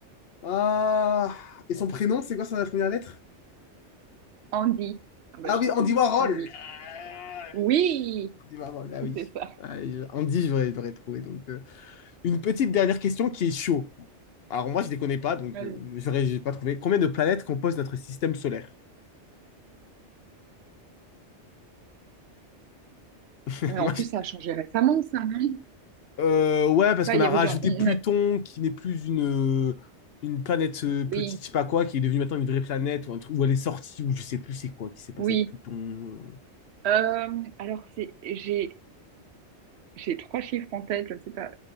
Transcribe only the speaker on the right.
Andy. Ah bah,
je
t'ai
tout dit.
Andy.
Oui,
<laughs>
c'est ça.
Vas-y.
Ouais, en plus, ça a changé récemment, ça, non? Je sais
Pas,
il
y avait
genre, on
a...
Oui,
oui.
Euh, alors, c'est, j'ai, j'ai trois chiffres en tête, je ne sais pas.